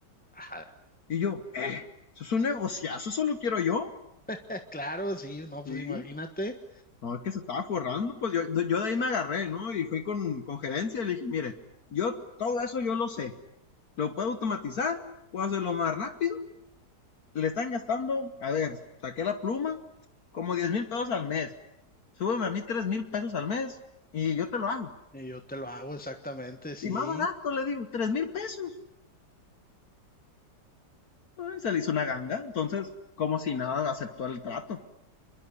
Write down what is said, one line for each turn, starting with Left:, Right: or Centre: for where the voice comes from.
Centre: Ajá.
Left: Y yo, eh, eso es un negociazo, eso lo quiero yo.
Centre: <laughs> Claro, sí, no,
Left: Sí,
Centre: pues imagínate.
Left: no, es que se estaba forrando, pues yo, yo de ahí me agarré, ¿no? Y fui con, con gerencia y le dije, mire, yo todo eso yo lo sé. Lo puedo automatizar, puedo hacerlo más rápido le están gastando, a ver, saqué la pluma, como diez mil pesos al mes. Súbeme a mí tres mil pesos al mes y yo te lo hago.
Centre: Y yo te lo hago exactamente, sí.
Left: Y más barato, le digo, tres mil pesos. se le hizo una ganga, entonces, como si nada, aceptó el trato.